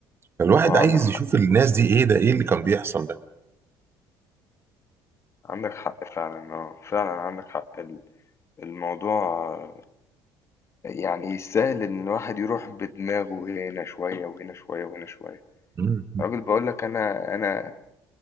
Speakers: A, on the right; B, on the left.
A: فالواحد
B: آه
A: عايز
B: عندك حق
A: يشوف الناس دي ايه ده ايه اللي كان بيحصل ده
B: عندك حق فعلا آه فعلا عندك حق ال- الموضوع آه، يعني يستاهل إن الواحد يروح بدماغه هنا شوية وهنا شوية وهنا شوية
A: مم.
B: راجل بقول لك أنا أنا